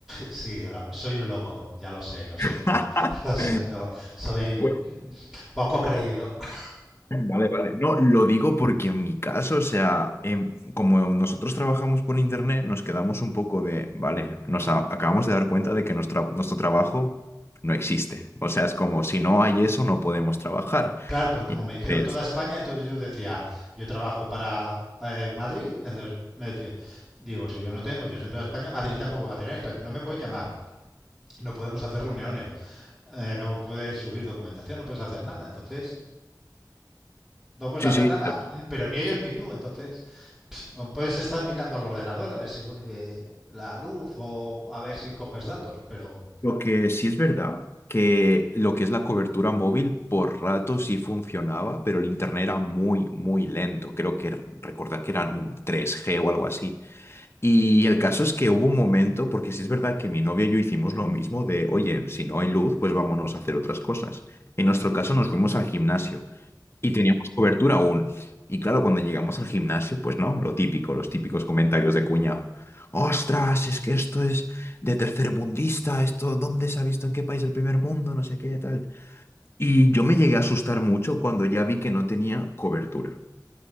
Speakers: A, in the centre; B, on the left.
A: sí, soy un loco, ya lo sé, lo siento,
B: <laughs>
A: <laughs> lo siento, soy
B: Bueno,
A: poco creído. <laughs>
B: Vale, vale. No, lo digo porque en mi caso, o sea, em, como nosotros trabajamos por internet, nos quedamos un poco de, vale, nos a- acabamos de dar cuenta de que nuestra- nuestro trabajo no existe. O sea, es como, si no hay eso, no podemos trabajar.
A: Claro, pero como
B: Entonces,
A: me dijeron toda España, entonces yo decía, yo trabajo para eh, Madrid, entonces me decía, digo, si yo no tengo, yo soy en toda España, Madrid tampoco va a tener, entonces no me pueden llamar, no podemos hacer reuniones, eh, no puedes subir documentación, no puedes hacer nada, entonces no puedes
B: sí,
A: hacer
B: sí,
A: nada, pero ni ellos
B: sí,
A: ni
B: sí.
A: tú. Entonces, puedes estar mirando al ordenador a ver si vuelve la luz o a ver si coges datos, pero
B: Lo que sí es verdad, que lo que es la cobertura móvil por rato sí funcionaba, pero el internet era muy, muy lento. Creo que recordar que eran tres g o algo así. Y el caso es que hubo un momento, porque sí es verdad que mi novia y yo hicimos lo mismo de, oye, si no hay luz, pues vámonos a hacer otras cosas. En nuestro caso nos fuimos al gimnasio y teníamos cobertura aún. Y claro, cuando llegamos al gimnasio, pues no, lo típico, los típicos comentarios de cuñado. Ostras, es que esto es de tercermundista, esto, ¿dónde se ha visto en qué país del primer mundo? No sé qué, tal. Y yo me llegué a asustar mucho cuando ya vi que no tenía cobertura.